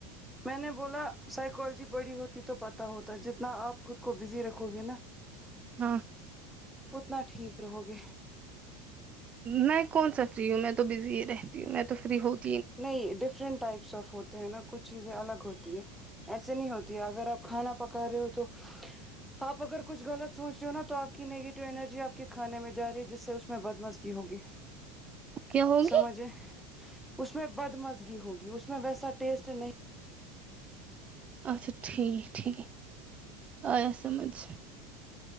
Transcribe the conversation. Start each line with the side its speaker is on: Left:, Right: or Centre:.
Centre: میں نے بولا سائیکالوجی پڑھی ہوتی تو پتہ ہوتا جتنا آپ خود کو بزی رکھو کو گے نا
Right: ہاں
Centre: اتنا ٹھیک رہو گے
Right: میں کون سا فری ہوں میں تو بزی ہی رہتی ہوں میں تو فری ہوت
Centre: نہیں ڈفرنٹ ٹائپس آف ہوتے ہیں نا کچھ چیزیں الگ ہوتی ہے ایسے نہیں ہوتی ہے اگر آپ کھانا پکا رہے ہو تو آپ اگر کچھ غلط سوچ رہے ہو نا تو نگیٹو انرجی آپ کے کھانے میں جا رہی ہے جس سے اس میں بدمزگی ہوگی
Right: کیا ہوگی
Centre: سماجھیں اس میں بدمزگی ہوگی اس میں ویسا ٹیسٹ نہیں
Right: اچھا ٹھیک ٹھیک آیا سمجھ